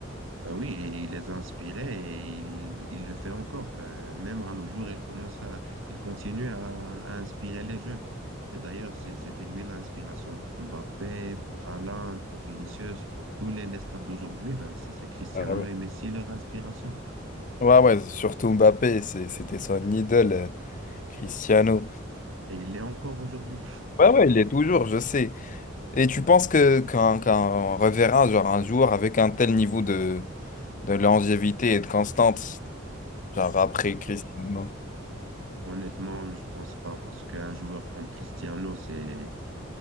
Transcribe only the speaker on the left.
Ah ouais.
Ouais, ouais, surtout Mbappé, c'est- c'était son idole, euh, Cristiano.
Ouais, ouais, il est toujours, je sais. Et tu penses que qu'un, qu'un reverra genre un jour avec un tel niveau de, de longévité et de constance, genre après Cristiano.